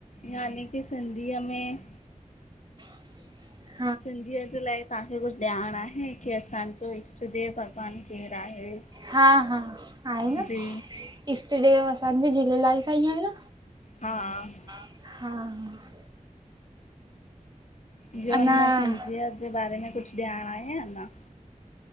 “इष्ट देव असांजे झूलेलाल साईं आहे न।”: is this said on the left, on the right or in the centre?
Right